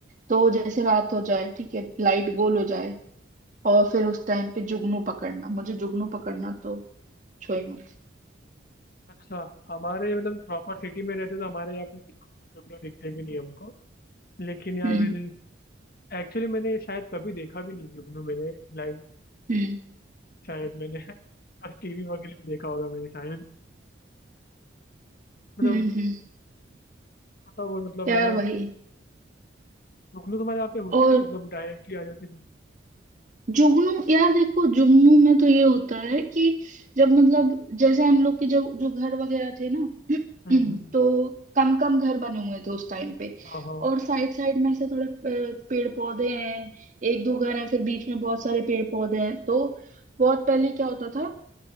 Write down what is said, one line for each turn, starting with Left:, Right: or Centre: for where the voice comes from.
Right: तो जैसे रात हो जाए ठीक है लाइट गोल हो जाए और फिर उस टाइम पे जुगनू पकड़ना मुझे जुगनू पकड़ना तो छो ही मत
Left: अच्छा हमारे मतलब प्रॉपर सिटी में रहते तो हमारे यहाँ पे बिल्कुल जुगनू दिखते भी नहीं हमको लेकिन यार
Right: हम्म
Left: मैंने एक्चुअली मैंने शायद कभी देखा भी नहीं जुगनू मैंने लाइव
Right: हम्म
Left: शायद मैंने <laughs> बस टीवी वगैरह में देखा होगा मैंने शायद मतलब
Right: हम्म हम्म
Left: पता वो मतलब
Right: यार
Left: है ना
Right: वही
Left: जुगनू तुम्हारे यहाँ पे होती
Right: और
Left: थी मतलब डायरेक्टली आ जाती थी
Right: जुगनू यार देखो जुगनू में तो ये होता है कि जब मतलब जैसे हम लोग के जब जो घर वगैरह थे ना <clears throat>
Left: हम्म हम्म
Right: तो कम कम घर बने हुए थे उस टाइम पे
Left: हाँ हाँ
Right: और साइड साइड में ऐसे थोड़े अ, पेड़ पौधे हैं एक दो घर हैं फिर बीच में बहुत सारे पेड़ पौधे हैं तो बहुत पहले क्या होता था